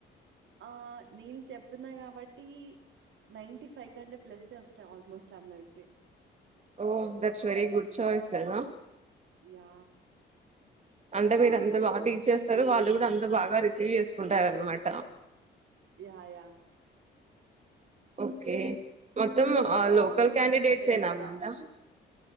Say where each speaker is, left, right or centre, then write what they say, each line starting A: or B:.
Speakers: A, on the right; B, on the right.
A: ఆ నేను చెప్తున్నా కాబట్టి నైన్టీ ఫైవ్ కంటే ప్లసే వస్తాయి ఆల్మోస్ట్ అందరికి
B: oh that's very good choice గదా
A: యా
B: అంటే మీరు అంత బాగా టీచ్ చేస్తారు వాళ్ళు కూడా అంత బాగా రిసీవ్ చేసుకుంటారు అనమాట
A: యాయా
B: ఓకే మొత్తం అ
A: సాంగ్
B: లోకల్
A: వస్తుంది
B: క్యాండిడేట్స్
A: మీ దగ్గర.
B: ఏనా మేడం